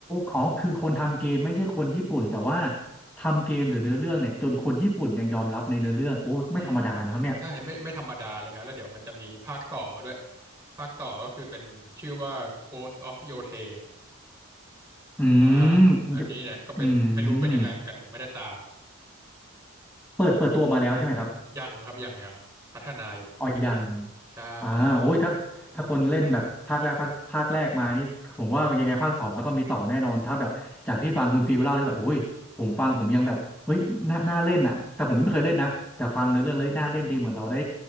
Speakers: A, in the centre; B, on the right (about 20°).
A: อ๋อคือคนทำเกมไม่ใช่คนญี่ปุ่นแต่ว่าทำเกมหรือเนื้อเรื่องเนี่ยจนคนญี่ปุ่นยังยอมรับในเนื้อเรื่องโอ้ไม่ธรรมดานะครับเนี่ย
B: อืมใช่ไม่ไม่ธรรมดาเลยฮะแล้วเดี๋ยวมันจะมีภาคต่อมาด้วยภาคต่อก็คือเป็นชื่อว่า Ghost of Yotei
A: อืม
B: อ่าอันนี้เนี่ยก็เป็นไม่รู้เป็นยังไงเหมือนกันผมไม่ได้ตาม
A: เดอืมเปิดเปิดตัวมาแล้วใช่ไหมครับ
B: ยังครับยังยังพัฒนาอยู่
A: อ๋อยัง
B: ใช่
A: อ่าโอ้ยถ้าถ้าคนเล่นแบบภาคแรกภาคภาคแรกมานี่ผมว่ายังไงภาคสองก็ต้องมีต่อแน่นอนถ้าแบบจากที่ฟังคุณฟิลเล่าที่แบบโอ้ยผมฟังผมยังแบบเฮ้ยน่าน่าเล่นอ่ะแต่ผมไม่เคยเล่นนะ แต่ฟังในอเรื่องเลยน่าเล่นดีเหมือนเราได้